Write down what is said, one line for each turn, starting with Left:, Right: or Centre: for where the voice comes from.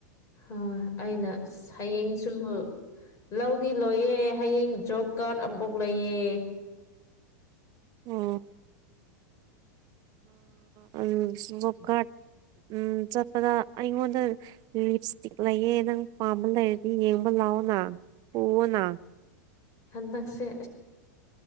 Left: ꯍꯣꯏ ꯑꯩꯅ ꯍꯌꯦꯡꯁꯨ ꯂꯧꯗꯤ ꯂꯣꯏꯌꯦ ꯍꯌꯦꯡ ꯖꯣꯕ ꯀꯥꯔꯗ ꯑꯃꯨꯛ ꯂꯩꯌꯦ
Right: ꯎꯝ ꯑ ꯎꯣꯥ ꯎꯝ ꯆꯠꯄꯗ ꯑꯩꯉꯣꯟꯗ ꯂꯤꯞ ꯏꯁꯇꯤꯛ ꯂꯩꯌꯦ ꯅꯪ ꯄꯥꯝꯕ ꯂꯩꯔꯗꯤ ꯌꯦꯡꯕ ꯂꯥꯛ ꯍꯥꯎꯅ ꯄꯅ
Left: ꯍꯥꯟꯗꯥꯛꯁꯦ